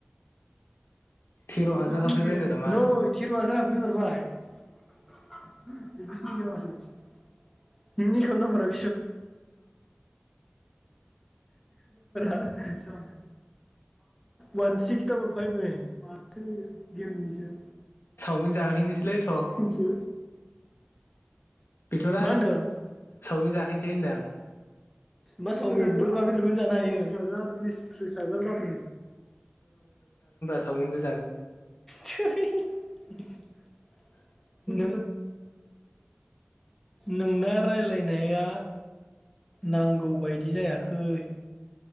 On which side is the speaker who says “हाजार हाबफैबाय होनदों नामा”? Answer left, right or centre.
Left